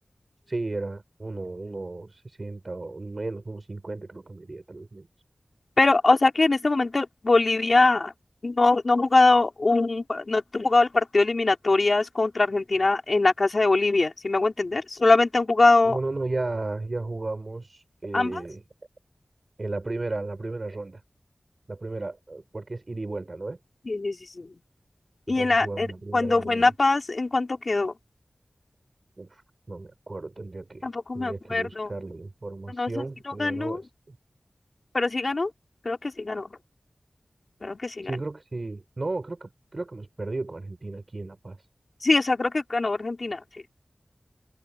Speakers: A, on the right (about 45°); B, on the left (about 55°).
A: Sí, era uno, uno sesenta o menos, unos cincuenta creo que medía, tal vez menos.
B: Pero, o sea que en este momento Bolivia no, no ha jugado un, no ha jugado el partido de eliminatorias contra Argentina en la casa de Bolivia, si me hago entender? Solamente han jugado
A: No, no, no, ya, ya jugamos eh,
B: ambas.
A: en la primera, la primera ronda, la primera, eh, porque es ida y vuelta, ¿no? eh?
B: Sí, sí, sí, sí. Y
A: Entonces
B: en la,
A: jugamos
B: en-
A: la primera
B: cuando
A: en
B: fue
A: Bolivia.
B: en La Paz, ¿en cuánto quedó?
A: Uf, no me acuerdo, tendría que,
B: Tampoco
A: tendría
B: me acuerdo.
A: que buscar la información,
B: Pero no sé si no
A: pero
B: ganó,
A: es-
B: pero sí ganó. Creo que sí ganó. Creo que sí
A: sí,
B: ganó.
A: creo que sí. No, creo que, creo que hemos perdido con Argentina aquí en La Paz.
B: Sí, o sea, creo que ganó Argentina. Sí.